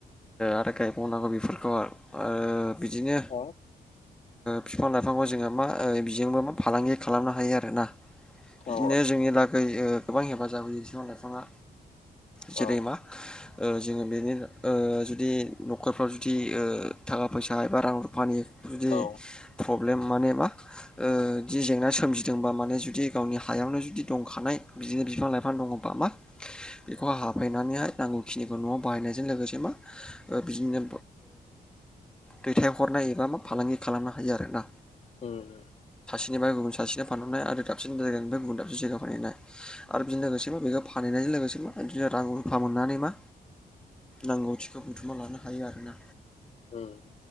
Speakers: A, in the centre; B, on the left (about 45°).
A: आरो गायबावनांगौ बेफोरखौ आरो बिदिनो
B: औ
A: बिफां लाइफांखौ जोङो मा बिजोंबो मा फालांगि खालामनो हायो आर ना बिदिनो
B: औ
A: जोंनि लागै गोबां हेफाजाब होयो बिफां लाइफाङा जेरैमा
B: औ
A: जोङो बेनि जुदि न'खरफ्राव जुदि थाखा फैसा एबा रां रुफानि जुदि
B: औ
A: प्रब्लेम माने बा जेंना सोमजिदोंबा माने जुदि गावनि हायावनो जुदि दंखानाय बिदिनो बिफां लाइफां दङबा मा बेखौ हाब फायनानैहाय नांगौ खिनिखौ न'आव बाहायनायजों लोगोसे मा बिदिनो दैथायहरनाय एबा मा फालांगि खालामनो हायो आरो ना
B: ओम
A: बेनिफ्राय गुबुन सासेनो फानहरनाय आरो दाबसे जायगानिफ्राय गुबुन दाबसे जायगायाव फानहैनाय आरो बिजों लोगोसे बेखौ फानहैनाय बे लोगोसे मा बिदिनो रां रुफा मोननानै मा नांगौथिखौ बुथुमना लानो हायो आरो ना
B: ओम